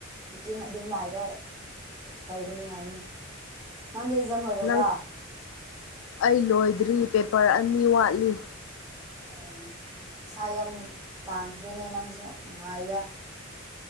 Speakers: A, on the right; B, on the left.
A: ꯐꯤꯐꯇꯤꯟ ꯑꯗꯨꯝꯃꯥꯏꯗ ꯇꯧꯒꯅꯤ ꯍꯥꯏꯅꯦ ꯅꯪꯗꯤ ꯑꯦꯛꯖꯥꯝ ꯂꯣꯏꯔꯕ꯭ꯔꯥ
B: ꯅꯪ ꯑꯩ ꯂꯣꯏꯗ꯭ꯔꯤ ꯄꯦꯄꯔ ꯑꯅꯤ ꯋꯥꯠꯂꯤ
A: ꯑꯣ ꯏꯁꯥ ꯌꯥꯝ ꯇꯥꯟꯈ꯭ꯔꯦꯅꯦ ꯅꯪꯁꯨ ꯅꯨꯡꯉꯥꯏꯗ